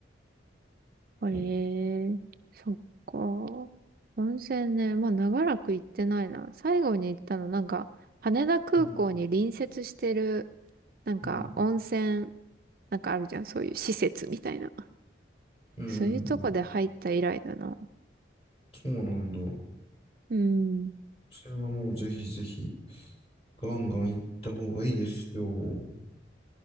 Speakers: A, on the right (about 50°); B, on the left (about 30°).
A: へ
B: こ
A: え、そっか。温泉ね、まあ長らく行ってないな。最後に行ったの、なんか、羽田空港に隣接してる、
B: う。うん、
A: なんか温泉、
B: うん、
A: なんかあるじゃん、そういう施設みたいな。
B: うん、
A: そういうとこで入った以来だな。
B: うん、うんそうなんだ。
A: うん。
B: それはもうぜひぜひ、ガンガン行った方がいいですよ。